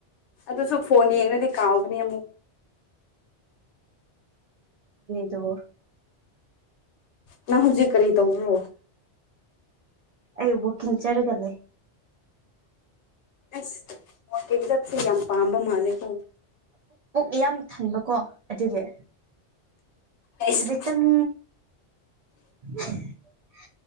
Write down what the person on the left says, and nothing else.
ꯑꯗꯨꯁꯨ ꯐꯣꯟ ꯌꯦꯡꯅꯗꯤ ꯀꯥꯎꯒꯅꯤ ꯑꯃꯨꯛ
ꯅꯪ ꯍꯧꯖꯤꯛ ꯀꯔꯤ ꯇꯧꯕ꯭ꯔꯣ
ꯑꯦꯁ ꯋꯥꯀꯡ ꯆꯠꯁꯤ ꯌꯥꯝ ꯄꯥꯝꯕ ꯃꯥꯂꯦꯀꯣ
ꯑꯩꯁ